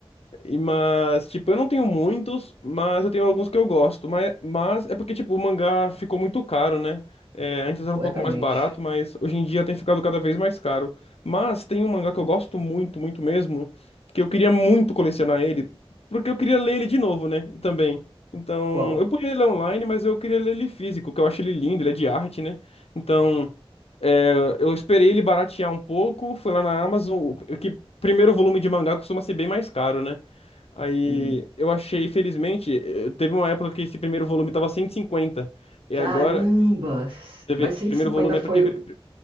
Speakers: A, on the left; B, on the right.
A: E, mas, tipo, eu não tenho muitos, mas eu tenho alguns que eu gosto. Mas, mas é porque, tipo, o mangá ficou muito caro, né? É, antes era
B: completamente.
A: um pouco mais barato, mas hoje em dia tem ficado cada vez mais caro. Mas tem um mangá que eu gosto muito, muito mesmo, que eu queria muito colecionar ele, porque eu queria ler ele de novo, né? Também. Então,
B: Qual?
A: eu podia ler online, mas eu queria ler ele físico, que eu acho ele lindo, ele é de arte, né? Então, é, eu esperei ele baratear um pouco, fui lá na Amazon, o- que primeiro volume de mangá costuma ser bem mais caro, né? Aí
B: Hum.
A: eu achei, felizmente, eh, teve uma época que esse primeiro volume tava cento E cinquenta e
B: Caramba!
A: agora, teve
B: Mas 150
A: primeiro volume
B: foi,
A: é porque. vir-